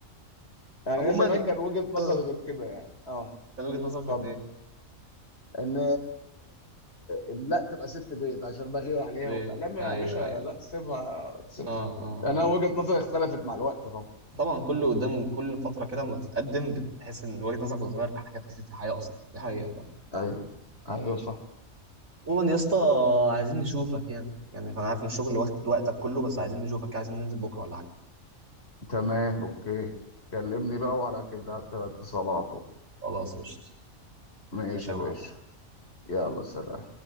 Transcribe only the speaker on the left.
يعني
هي زمان كان وجهة نظر
غير كده يعني اه
اتفضل
ان ان لا تبقى ست بيت عشان بغير عليها
وبتاع لا ما
يا باشا
لا سيبها سيبها
يعني
انا وجهة نظري اختلفت مع الوقت طبعا
ايوه ايوه صح
تمام اوكي كلمني بقى وعلى كده على اتصالاته
ماشي
يا
باشا
يلا سلام